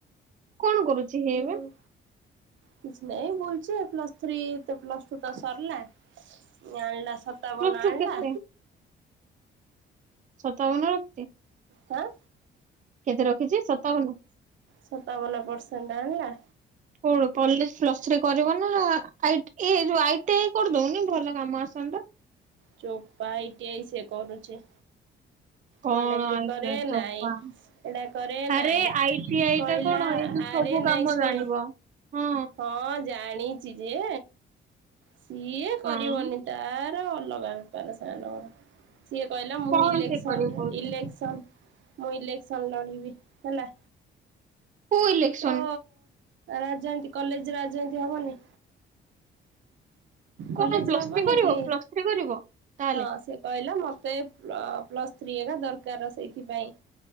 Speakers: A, on the right; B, on the right.
A: କଣ କରୁଛି ସିଏ ଏବେ
B: ଆଉ କିଛି ନାଇଁ ବଇଛି ଆଉ ପ୍ଲସ ଥ୍ରୀ ତ ପ୍ଲସ ଟୁ ତ ସରିଲା। ଏଇନା ତାବନ
A: ପ୍ଲସ ଟୁ
B: ଆଣିଲା।
A: କେତେ ସତାବନ ରଖିଛି।
B: ହାଁ
A: କେତେ ରଖିଛି ଶତାବନ।
B: ସତାବନ ପରସେଣ୍ଟ ଆଣିଲା।
A: କଣ କଲେଜ ପ୍ଲସ୍ ଥ୍ରୀ କରିବ ନା, ଏ ଯୋଉ ଆଇ ଟି ଆଇ କରି ଦଉନି ଭଲ କାମ ଆସନ୍ତା।
B: ଚୋପା ଆଇ ଟି ଆଇ ସେ କରୁଛି।
A: କଣ
B: ପଲିଟେକ୍ନିକ
A: ଆଇ
B: କରେ
A: ଟି ଆଇ
B: ନାଇଁ
A: ଚୋପା
B: ଏଟା କରେ
A: ଆରେ
B: ନାଇଁ
A: ଆଇ ଟି ଆଇ
B: କହିଲା।
A: ଟା କଣ ଏଇ ଯୋଉ
B: ଆରେ
A: ସବୁ କାମ
B: ନାଇଁ ଶୁଣେ
A: ଜାଣିବ ହଁ
B: ହଁ ଜାଣିଛି ଯେ ସିଏ କରିବନି
A: ହଁ
B: ତାର ଅଲଗା ବେପାର ସାନଙ୍କର। ସିଏ କହିଲା ମୁଁ
A: କଣ
B: ଇଲେକ୍ସନ-
A: ସେ କରିବ କହୁଛି?
B: ଇଲେକ୍ସନ ମୁଁ ଇଲେକ୍ସନ ଲଢିବି ହେଲା।
A: କୋଉ ଇଲେକ୍ସନ
B: ତ ରାଜନୀତି କଲେଜରେ ରାଜନୀତି ହବନି।
A: କଣ
B: କଲେଜରେ
A: ପ୍ଲସ
B: ହବନି
A: ଥ୍ରୀ କରିବ
B: କି?
A: ପ୍ଲସ ଥ୍ରୀ କରିବ ତାହେଲେ
B: ହଁ ସେ କହିଲା ମତେ ପ୍ଲ -ପ୍ଲସ୍ ଥ୍ରୀ ହେରିକା ଦରକାର ସେଇଥିପାଇଁ